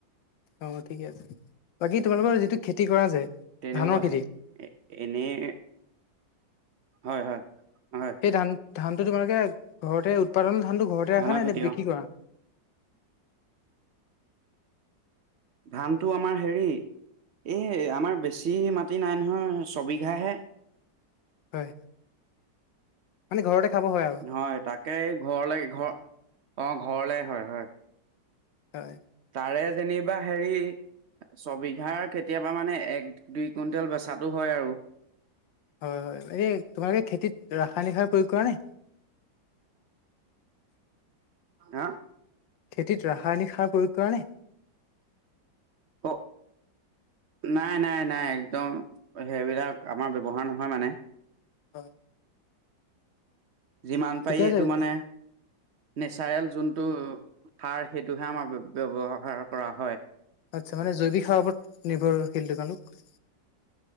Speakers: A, on the left (about 75°); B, on the right (about 75°).
A: অ', ঠিকে আছে বাকী তোমালোকৰ যিটো খেতি কৰা যে।
B: তেনেকুৱা
A: ধানৰ
B: আহে
A: খেতি
B: এ এনেই হয়, হয়, হয়।
A: এই ধান ধানটো তোমালোকে ঘৰতে উৎপাদনৰ ধানতটো ঘৰতে
B: ধানৰ
A: ৰাখা নে
B: খেতি
A: নে বিক্ৰী
B: অ'
A: কৰা।
B: ধানতটো আমাৰ হেৰি এই আমাৰ বেছি মাটি নাই নহয় ছবিঘাহে।
A: হয়। মানে ঘৰতে খাব হয় আৰু।
B: হয়, তাকেই ঘৰলৈ ঘৰ অ ঘৰলে হয় হয়।
A: হয়।
B: তাৰে যেনিবা হেৰি। ছবিঘাৰ কেতিয়াবা মানে এক দুই কুইণ্টেল বেচাটো হয় আৰু।
A: হয়, হয়, এইনে তোমালোকে খেতিত ৰাসায়নিক সাৰ প্ৰয়োগ কৰা নে?
B: হা?
A: খেতিত ৰাসায়নিক সাৰ প্ৰয়োগ কৰা ন?
B: অ। নাই নাই নাই একদম সেইবিলাক আমাৰ ব্যৱহাৰ নহয় মানে।
A: হয়।
B: যিমান
A: ঠিকে
B: পাৰি এইটো
A: আছে তেতিয়া
B: মানে নেচাৰেল যোনটো সাৰ সেইটোহে আমাৰ। ব্যৱহাৰ কৰা হয়।
A: আচ্ছা, মানে জৈৱিক সাৰ ওপৰত নিৰ্ভৰশীলো তোমালোক।